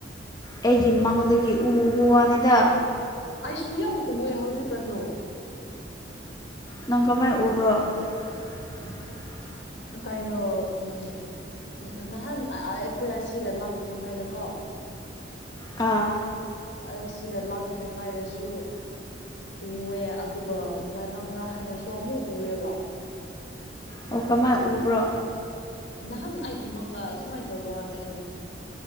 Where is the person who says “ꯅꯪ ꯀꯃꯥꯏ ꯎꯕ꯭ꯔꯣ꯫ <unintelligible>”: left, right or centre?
Left